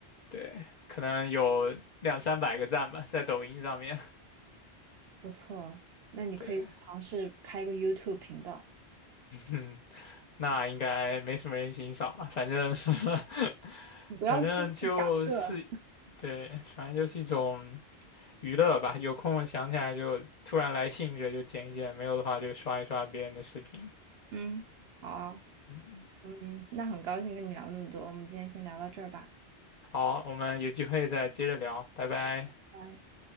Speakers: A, on the left (about 45°); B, on the right (about 70°).
A: 对，可能有两三百个赞吧，在抖音上面。
B: 不错，那你可以尝试开一个
A: 对，
B: YouTube 频道，
A: 嗯，那应该没什么人欣赏吧，反正，<laughs>
B: 你不要就是假设。
A: 反正就是，对，反正就是一种。娱乐吧，有空想起来就突然来兴致就剪一剪，没有的话就刷一刷别人的视频。
B: 嗯，好啊，
A: 嗯，
B: 嗯，那很高兴跟你聊那么多，我们今天先聊到这儿吧。
A: 好，我们有机会再接着聊，拜拜。
B: 拜。